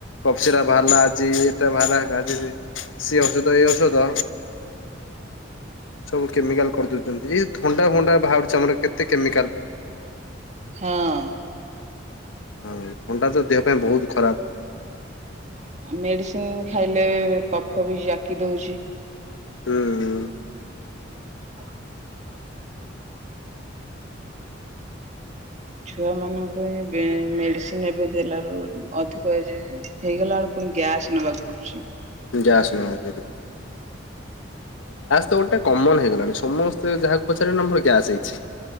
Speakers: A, on the left; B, on the right.
A: କପ୍ସିିରପ ଟା ବାହାରା ଆଜି ଏଟା ବାହାରିଲା ସେ ଔଷଧ ଏଇ ଔଷଧ ସବୁ କେମିକାଲ କରିଦଉଛନ୍ତି ଏ ଥଣ୍ଡା ଫଣ୍ଡା ବାହାରୁଛି ଆମର କେତେ କେମିକାଲ୍
B: ହଁ
A: ହଁ ଥଣ୍ଡାଟା ତ ଦେହ ପାଇଁ ବହୁତ ଖରାପ।
B: ମେଡିସିନ୍ ଖାଇଲେ କଫ ବି ଜାକି ଦଉଛି।
A: ହୁଁ ହୁଁ
B: ହଁ ଛୁଆ ମାନଙ୍କ ପାଇଁ ମେଡ଼ିସିନ୍ ଏବେ ଦେଲାରୁ ଅଧିକ ଏଜ୍ ହେଇଗଳାକୁ ପୁଣି ଗ୍ୟାସ ନବାକୁ ପଡୁଛି।
A: ଗ୍ୟାସ୍ ଗୋଟେ କମନ୍ ହେଇଗଲାଣି ସମସ୍ତେ ଯାହାକୁ ପଚାରିବ ନା ମୋର ଗ୍ୟାସ୍ ହେଇଛି।